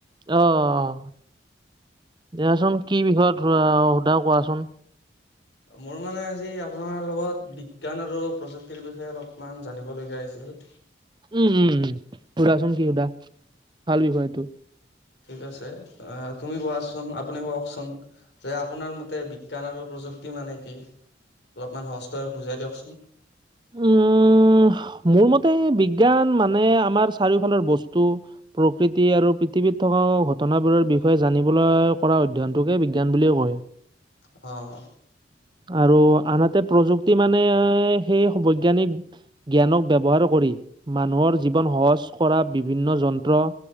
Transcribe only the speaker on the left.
মোৰ মানে আজি আপোনাৰ লগত বিজ্ঞান আৰু প্ৰযুক্তিৰ বিষয়ে অলপমান জানিবলগীয়া হৈছিল।
ঠিক আছে অ, তুমি কোৱাচোন আপুনি কওকচোন। যে আপোনাৰ মতে বিজ্ঞান আৰু প্ৰযুক্তি মানে কি অলপমান সহজকৈ বুজাই দিয়কচোন।
অ',।